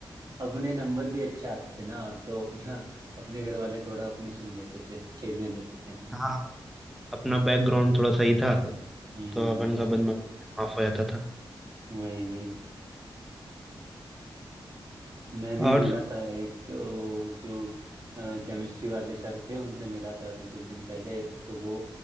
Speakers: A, on the right; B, in the centre.
A: अपने नंबर भी अच्छे आते थे ना तो अपना अपने घर वाले थोड़ा अपनी सुन लेते थे खेलने देते थे हमें
B: हाँ अपना बैकग्राउंड थोड़ा सही था
A: हम्म
B: तो अपन का बदमाश माफ हो जाता था
A: वही वही मैं भी
B: और
A: मिला था एक ओ, जो केमिस्ट्री वाले सर थे उनसे मिला था अभी कुछ दिन पहले तो वो